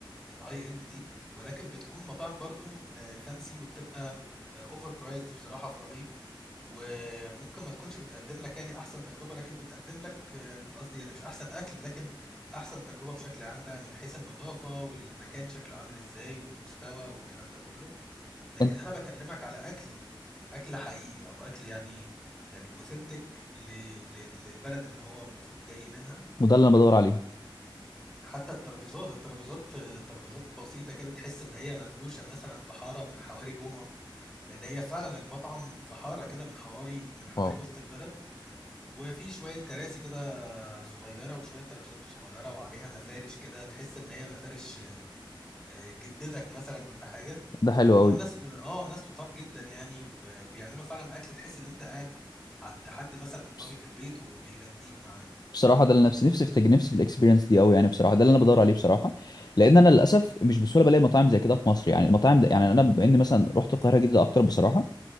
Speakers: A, in the centre; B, on the left.
A: الهاي اند دي ولكن بتكون مطاعم برضو فانسي وبتبقى اوفر برايزد بصراحه في رايي وممكن ما تكونش بتقدم لك يعني احسن تجربه لكن بتقدم لك آه، قصدي يعني مش احسن اكل لكن احسن تجربه بشكل عام بقى من حيث النظافه والمكان شكله عامل ازاي والمستوى والكلام ده كله لكن
B: انت
A: انا بكلمك على اكل اكل حقيقي او اكل يعني يعني اوثنتيك للبلد اللي هو المفروض جاي منها
B: وده اللي انا بدور عليه
A: حتى الترابيزات الترابيزات ترابيزات بسيطة كده تحس إن هي مفروشة مثلا في حارة من حواري روما لأن هي فعلا المطعم في حارة كده من حواري من حواري
B: واو
A: وسط البلد وفي شوية كراسي كده صغيرة وشوية ترابيزات صغيرة وعليها مفارش كده تحس إن هي مفارش آه، جدتك مثلا ولا حاجة
B: ده حلو
A: هم
B: قوي
A: ناس آه ناس لطاف جدا يعني وبيعملوا فعلا أكل تحس إن أنت قاعد عند حد مثلا إيطالي
B: بس-
A: في البيت وبيغديك معاه
B: بصراحه ده اللي نفسي نفسي في نفسي في الاكسبيرينس دي قوي يعني بصراحه ده اللي انا بدور عليه بصراحه لان انا للاسف مش بسهوله بلاقي مطاعم زي كده في مصر يعني المطاعم ده يعني انا بما اني مثلا رحت القاهره جدا اكتر بصراحه